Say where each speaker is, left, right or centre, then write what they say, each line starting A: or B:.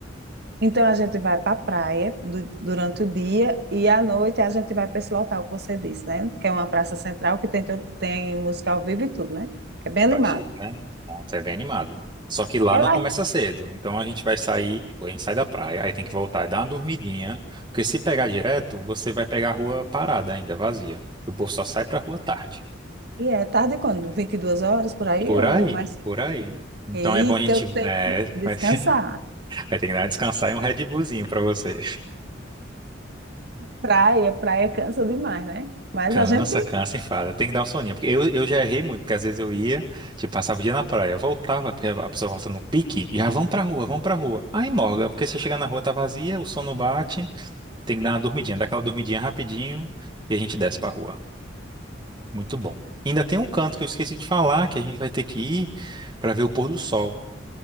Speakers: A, on the right; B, on the right.
A: então a gente vai para a praia du- durante o dia e à noite a gente vai para esse local que você disse, né? Que é uma praça central que tem, todo- tem música ao vivo e tudo, né? Que é bem animado.
B: Agito, né? Pronto, é bem animado. Só que lá
A: É
B: não
A: lá.
B: começa cedo. Então a gente vai sair, tipo, a gente sai da praia, aí tem que voltar e dar uma dormidinha. Porque se pegar direto, você vai pegar a rua parada ainda, vazia. O povo só sai pra rua tarde.
A: E é tarde quando? vinte e duas horas por aí
B: Por
A: ou
B: aí,
A: mais?
B: por aí. Então
A: Eita,
B: é bom a gente.
A: eu tenho
B: É,
A: que descansar.
B: <laughs> vai, vai ter que dar uma descansar e um Red Bullzinho pra você.
A: Praia, praia cansa demais, né? Mas
B: Cansa,
A: a gente tem.
B: cansa, enfada. Tem que dar um soninho. Porque eu, eu já errei muito, porque às vezes eu ia, tipo, passava o dia na praia, voltava, porque a pessoa volta no pique, e já vamos pra rua, vamos pra rua. Aí morga, porque se eu chegar na rua tá vazia, o sono bate, tem que dar uma dormidinha, dá aquela dormidinha rapidinho e a gente desce pra rua. Muito bom. Ainda tem um canto que eu esqueci de falar, que a gente vai ter que ir pra ver o pôr do sol.